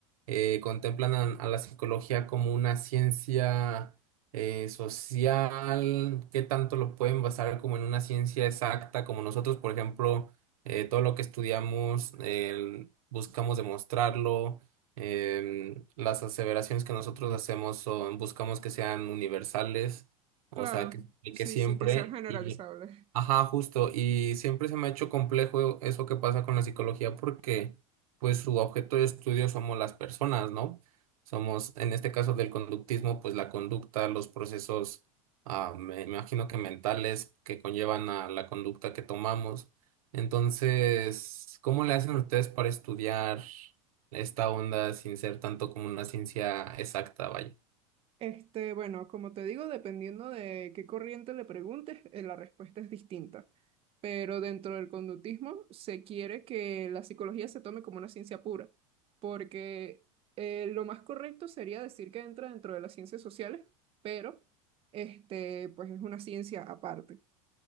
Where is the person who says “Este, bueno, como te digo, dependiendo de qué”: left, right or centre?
Right